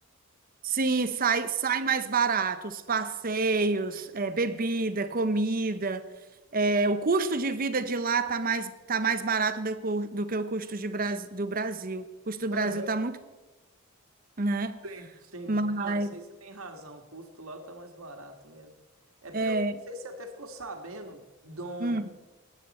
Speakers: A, on the right (about 40°); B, on the right (about 70°).
A: Sim, sai, sai mais barato, os passeios, é, bebida, comida, é, o custo de vida de lá tá mais, tá mais barato do, cu- do que o custo de Bras- do Brasil. O custo
B: Aham,
A: do Brasil tá muito, né?
B: sim. Sim.
A: Mas,
B: Não, isso aí você tem razão. O custo lá tá mais barato mesmo. É porque
A: é,
B: eu não sei se você até ficou sabendo de um,
A: hum,